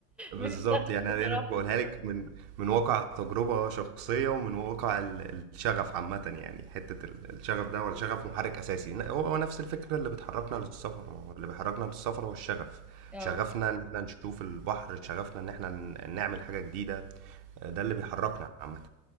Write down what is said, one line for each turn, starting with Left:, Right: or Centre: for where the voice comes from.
Right: بالظبط
Centre: من الشغف
Right: يعني
Centre: بصراحه
Right: انا بقولها لك من من واقع تجربه شخصيه ومن واقع ال- الشغف عامه يعني حته ال- الشغف ده ولا شغف محرك اساسي ن- هو هو نفس الفكره اللي بتحركنا للسفر ما هو اللي بيحركنا للسفر هو الشغف
Centre: اه
Right: شغفنا ان احنا نشوف البحر شغفنا ان احنا ن- نعمل حاجه جديده آه، ده اللي بيحركنا عامه